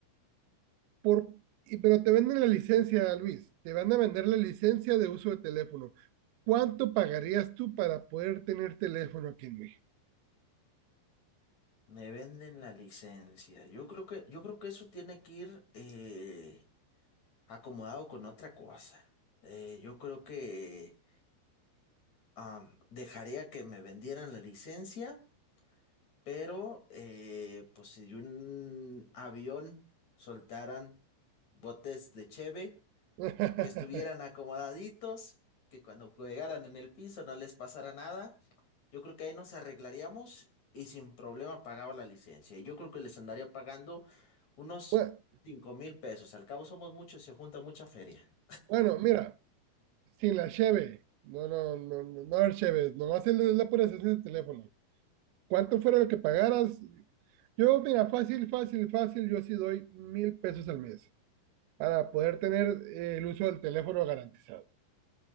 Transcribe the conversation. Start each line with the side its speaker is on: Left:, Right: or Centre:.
Right: por, y- pero te venden la licencia, Luis, te van a vender la licencia de uso de teléfono. ¿Cuánto pagarías tú para poder tener teléfono aquí en México?
Left: Me venden la licencia. Yo creo que, yo creo que eso tiene que ir eh, acomodado con otra cosa. Eh, yo creo que am, dejaría que me vendieran la licencia, pero eh, pues si un avión soltaran botes de cheve,
Right: <laughs>
Left: que estuvieran acomodaditos, que cuando llegaran en el piso no les pasara nada, yo creo que ahí nos arreglaríamos y sin problema pagaba la licencia. Y yo creo que les andaría pagando unos
Right: Bueno,
Left: cinco mil pesos. Al cabo somos muchos y se junta mucha feria.
Right: bueno, mira, sin la cheve, no, no, no, no, no haber cheves, nomás el- la pura esencia del teléfono. ¿Cuánto fuera lo que pagaras? Yo, mira, fácil, fácil, fácil, yo sí doy mil pesos al mes para poder tener eh, el uso del teléfono garantizado.